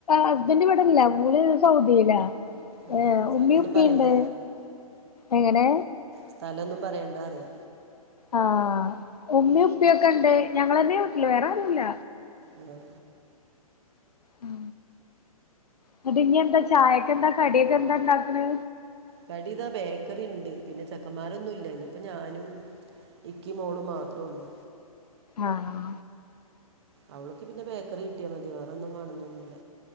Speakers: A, on the left; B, on the right.
A: ഹസ്ബന്ണ്ട് ഇവിടല്ല ഓള് സൗദിലാ
B: ആഹ്
A: ഏഹ്
B: സ്ഥലൊന്നും
A: ഉമ്മി ഉപ്പിണ്ട്
B: പറയണ്ട.
A: എങ്ങനെ
B: സ്ഥലന്നും പറയണ്ടാറിയ
A: ആഹ് ഉമ്മിം ഉപ്പിയൊക്കെ ഉണ്ട്. ഞങ്ങളന്നെ വീട്ടിൽ വേറെ ആരുല്ല.
B: ആഹ്
A: ഉം ന്നട്ട് ഇഞ്ഞ് എന്താ ചായക്ക് എന്താ കടിയൊക്കെ എന്താ ഇണ്ടാക്കണ്
B: കടി ദാ ബേക്കറി ഉണ്ട്പിന്നെ ചെക്കന്മാരൊന്നും ഇല്ല ഇഞ്ഞ്പ്പ ഞാനും ഇക്കി മോള് മാത്രം ഉള്ളൂ.
A: ആഹ്
B: അവൾക്ക് പിന്നെ ബേക്കറി കിട്ടിയാ മതി വേറൊന്നും വേണം എന്നോന്നുല്ല